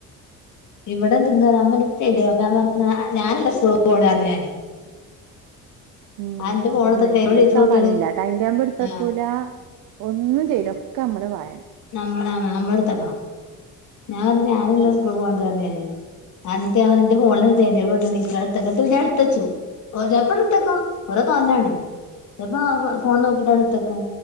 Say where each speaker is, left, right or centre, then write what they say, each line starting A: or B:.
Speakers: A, on the left; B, on the right.
A: ഇവടെ <unintelligible> തെരോ അപ്പോ ഞാ പറഞ്ഞ് ഞാനല്ല സ്കൂളില് പോണേ പറഞ്ഞ് ഞാന്
B: ഉം
A: അന്റെ
B: അതന്നെ
A: ഫോണ്ട്ത്തപ്പെ
B: ഇവല്ക്ക്
A: ടീച്ചർ
B: ആ
A: വിട്ട്ണ്
B: പണില്ല ടൈം ടേബിൾ എടുത്തക്കൂല
A: ആഹ്
B: ഒന്നും ചെയ്യുലാ ഒക്കെ നമ്മള് വായ
A: നമ്മ ആഹ് നമ്മടുത്തെക്കണം. ഞാൻ പറഞ്ഞ് ഞാനല്ല സ്കൂൾ പോണത് പറഞ്ഞ് ഞാന് അന്നട്ട് ഞാൻ പറയും ന്റെ ഫോണില് ടൈടേബിൾ വിട്ടാ <unintelligible> എന്നിട്ട് ഞാൻ എടുത്തച്ചു. <unintelligible> ഓരോ തോന്നാണ്. ചെപ്പോ ഫോൺ നോക്കിട്ട് എടുത്തെക്കും.